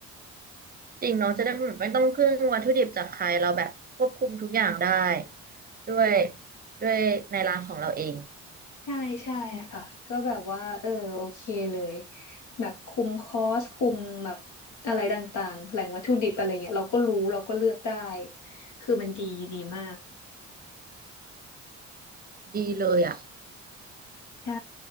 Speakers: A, on the right; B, on the left.
A: จริงเนาะจะได้แบบไม่ต้องพึ่งวัตถุดิบจากใครเราแบบควบคุมทุกอย่างได้ด้วยด้วยในร้านของเราเอง
B: <laughs> ใช่ใช่ค่ะก็แบบว่าเออโอเคเลยแบบคุมคอสคุมแบบอะไรต่างๆแหล่งวัตถุดิบอะไรเงี้ยเราก็รู้เราก็เลือกได้คือมันดีดีมาก
A: ดีเลยอ่ะ
B: ใช่